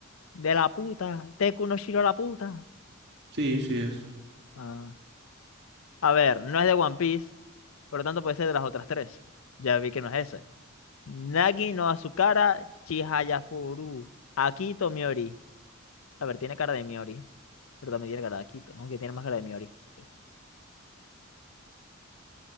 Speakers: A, on the left (about 70°); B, on the right (about 55°).
A: De la puta. Deku no Shiro la puta.
B: Sí, sí es.
A: Ah. A ver, no es de One Piece. Por lo tanto, puede ser de las otras tres. Ya vi que no es ese. Nagi no Azukara, Chihaya Furu, Akito Miori. A ver, tiene cara de Miori, pero también tiene cara de Akito, aunque tiene más cara de Miori. sí.